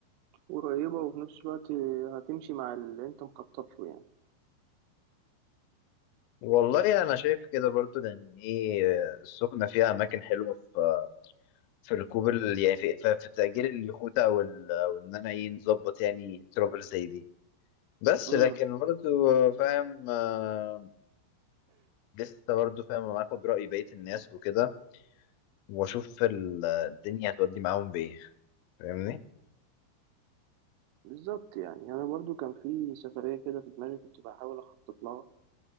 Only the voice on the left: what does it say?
والله أنا شايف كده برضو لأن إيه السخنة فيها أماكن حلوة في في ركوب ال... يعني في... في في تأجير اليخوت أو ال... وإن أنا إيه نظبط يعني ترافل زي دي بس
لكن برضو فاهم آه، لسه برضه فاهم أنا هاخد رأي بقية الناس وكده وأشوف ال- الدنيا هتودي معاهم بإيه فاهمني؟